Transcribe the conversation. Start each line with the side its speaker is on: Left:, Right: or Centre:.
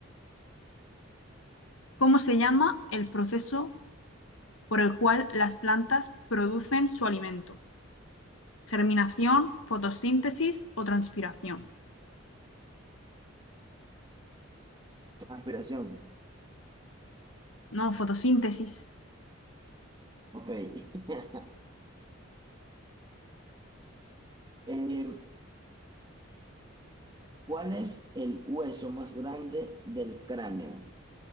Left: ¿cómo se llama el proceso por el cual las plantas producen su alimento? ¿Germinación, fotosíntesis o transpiración?
Right: Transpiración.
Left: No, fotosíntesis.
Right: Ok. <laughs> Eh, ¿Cuál es el hueso más grande del cráneo?